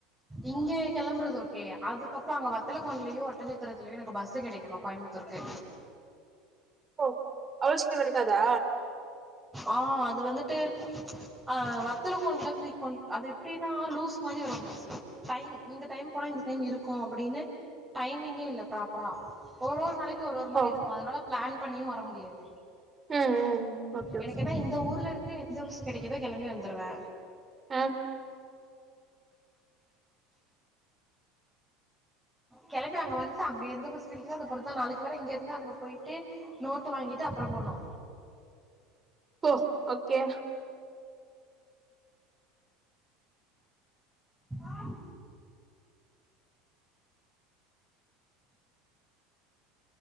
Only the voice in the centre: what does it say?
இங்கே கெளம்புறது ஓக்கே அதுக்கப்றோ அங்க வத்தலகுண்ட்லியோ ஒட்டஞ்சத்திரத்லியோ எனக்கு பஸ்சு கெடைக்கணு கோயம்புத் துர்கு
ஆ அது வந்துட்டு ஆ வத்தல கொண்ட்ல பிரீகோன்ட் அது எப்டின்னா லூஸ் மாரி வரு பஸ்சு டைம் இந்த டைம் போனா இந்த டைம் இருக்கு அப்டின்னு டைமிங்கே இல்ல ப்ராப்பரா ஒரு ஒரு நாளைக்குக்கு ஒரு ஒரு மாரி
இருக்கு அதனால பிளான் பண்ணியு வர முடியாது
எனக்கு
என்னா இந்த ஊர்ல இருந்து எந்த பஸ் கெடைக்குதோ கிளம்பி வந்துடுவே
கிளம்பி அங்க வன்ட்டுங்க அங்க எந்த பஸ் கெடைக்குதோ அதபொறுத்தா நாளைக்கு வரே இங்க இருந்து அங்க போய்ட்டு நோட்டு வாங்கிட்டு அப்றோ போனோ
ஆஹ்